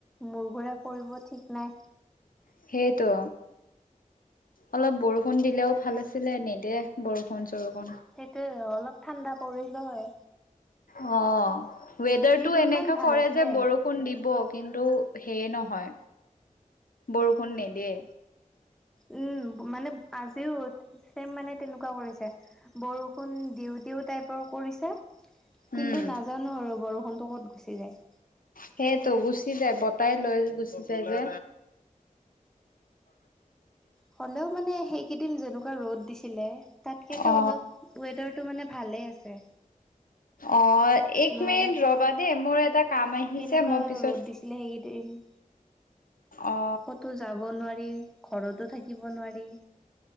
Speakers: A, in the centre; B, on the left (about 80°).
A: মোৰ ঘূৰাই পৰিব ঠিক নাই।
B: সেইটো অলপ বৰষুণ দিলেও ভাল আছিলে, নিদে বৰষুন চৰষুণ।
A: সেইটোয়ে অলপ ঠাণ্ডা পৰিলো হয়।
B: অলো ৱেডাৰটো
A: কেইদিনমান
B: এনেকা
A: ভাল
B: কৰে
A: আছিলে।
B: যে বৰ বৰষুণ দিব, কিন্তু সেই নহয় বৰষুণ নিদিয়ে।
A: উম মানে আজিও ছেম মানে তেনেকুৱা কৰিছে। বৰষুণ দিওঁ দিওঁ টাইপৰ কৰিছে।
B: উম,
A: কিন্তু নাজানো আৰু বৰষুণটো ক'ত গুচি যায়।
B: সেইটো গুচি যায় বতাই লৈ গুচি যায় যে।
A: হ'লেও মানে সেইকেইদিন যেনেকুৱা ৰ'দ দিছিলে, তাতকেতো
B: অ
A: অলপ ৱেডাৰটো মানে ভালেই আছে।
B: অ এক
A: নহ'লেতো,
B: মিনিট ৰ'বা দেই মোৰ এটা কাম আহিছে
A: কেনেকুৱা
B: মই পিছত
A: ৰ'দ দিছিলে সেইকেদিন।
B: অ
A: ক'তো যাব নোৱাৰি, ঘৰটো থাকিব নোৱাৰি।